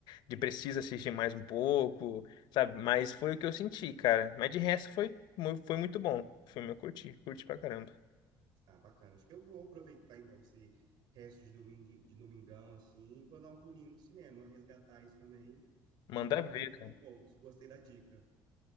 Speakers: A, on the left; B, on the right.
A: de precisa assistir mais um pouco sabe? Mas foi o que eu senti, cara. Mas de resto foi, mu- foi muito bom. O filme eu curti, curti pra caramba.
B: Ah, bacana. Acho que eu vou aproveitar então esse resto de domingo, de domingão assim, e vou dar um pulinho no cinema, resgatar isso também
A: Manda
B: e vou
A: ver,
B: ver Thunderbolts.
A: cara.
B: Gostei da dica.